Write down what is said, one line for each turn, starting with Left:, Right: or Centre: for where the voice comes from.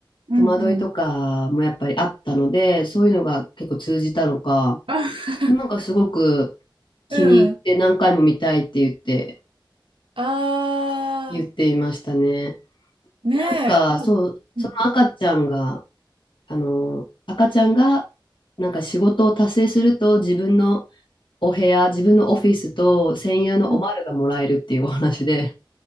Right: うん、
Left: 戸惑いとかもやっぱりあったので、
Right: うん。
Left: そういうのが結構通じたのか、
Right: あ、
Left: なんかすごく気に入って何回も見たいって言って、
Right: <laughs> うん。ああ、
Left: 言っていましたね。
Right: ねえ。
Left: なんか、
Right: あうん、
Left: そう、その赤ちゃんが、あの、赤ちゃんが、なんか仕事を達成すると自分のお部屋、自分のオフィスと専用のおまるがもらえるっていうお話で、
Right: うん。